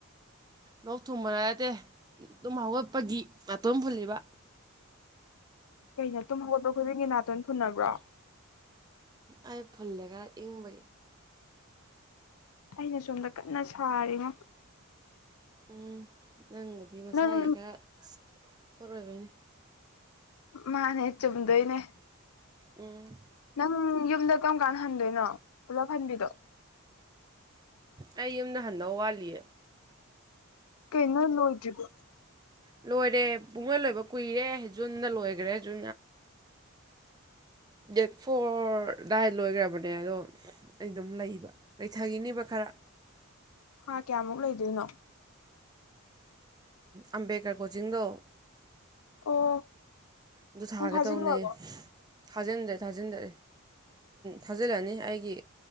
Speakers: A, on the right; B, on the left.
A: ꯂꯣꯛ ꯊꯨꯝꯕꯔꯠꯇꯦ ꯑꯗꯨꯨꯝ ꯍꯧꯒꯠꯄꯒꯤ ꯃꯇꯇꯣꯟ ꯐꯨꯜꯂꯤꯕ
B: ꯀꯩꯅ ꯇꯨꯝ ꯍꯧꯒꯠꯄ ꯈꯨꯗꯤꯡꯒꯤ ꯅꯥꯇꯣꯟ ꯐꯨꯟꯅꯅꯕ꯭ꯔꯣ
A: ꯑꯩ ꯐꯨꯜꯂꯦ ꯈꯔ ꯏꯪꯕꯒꯤ
B: ꯑꯩꯅ ꯁꯣꯝꯗ ꯀꯟꯅ ꯁꯥꯔꯤꯅꯣ
A: ꯎꯝ ꯅꯪꯕꯨꯗꯤ ꯃꯁꯥꯒꯤ
B: ꯅꯪ
A: ꯈꯔ ꯄꯣꯠꯣꯏꯕꯩꯅꯤ
B: ꯃꯥꯅꯦ ꯆꯨꯝꯗꯣꯏꯅꯦ
A: ꯎꯝ
B: ꯎꯝ ꯌꯨꯝꯗ ꯀꯔꯝ ꯀꯥꯟꯗ ꯍꯟꯗꯣꯏꯅꯣ ꯄꯨꯂꯞ ꯍꯟꯕꯤꯗꯣ
A: ꯑꯩ ꯌꯨꯝꯗ ꯍꯟꯗꯧ ꯋꯥꯠꯂꯤꯌꯦ
B: ꯀꯩꯅꯣ ꯂꯣꯏꯗ꯭ꯔꯤꯕꯣ
A: ꯂꯣꯏꯔꯦ ꯄꯨꯡꯂꯣꯏ ꯂꯣꯏꯕ ꯀꯨꯏꯔꯦ ꯗ ꯂꯣꯏꯈ꯭ꯔꯦ ꯖꯨ ꯗꯦꯠ ꯐꯣꯔ ꯗꯥꯏ ꯂꯣꯏꯈ꯭ꯔꯕꯅꯦ ꯑꯗꯣ ꯑꯩ ꯑꯗꯨꯝ ꯂꯩꯕ ꯂꯩꯊꯈꯤꯅꯦꯕ ꯈꯔ
B: ꯍꯥ ꯀꯌꯥꯃꯨꯛ ꯂꯩꯗꯣꯏꯅꯣ
A: ꯑꯝꯕꯦꯀꯔ ꯀꯣꯖꯤꯡꯗꯣ
B: ꯑꯣ
A: ꯑꯗꯨ ꯊꯥꯒ
B: ꯅꯪ ꯊꯥꯖꯤꯟꯈ꯭ꯔꯕꯣ
A: ꯇꯧꯅꯦ ꯊꯥꯖꯤꯟꯗ꯭ꯔꯦ ꯊꯥꯖꯤꯟꯗ꯭ꯔꯦ ꯊꯥꯖꯤꯜꯂꯅꯤ ꯑꯩꯒꯤ